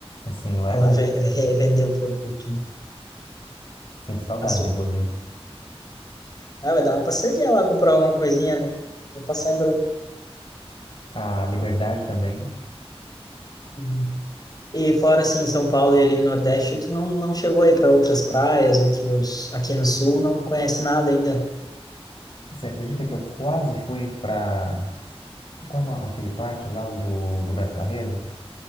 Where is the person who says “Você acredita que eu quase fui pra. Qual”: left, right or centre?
Left